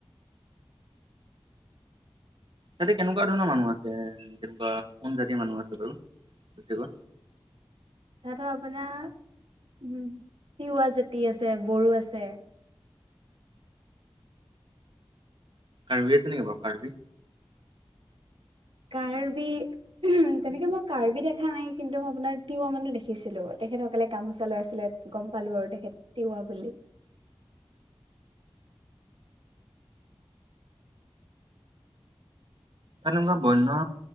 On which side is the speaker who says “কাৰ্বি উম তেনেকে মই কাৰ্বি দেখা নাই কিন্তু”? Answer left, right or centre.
Right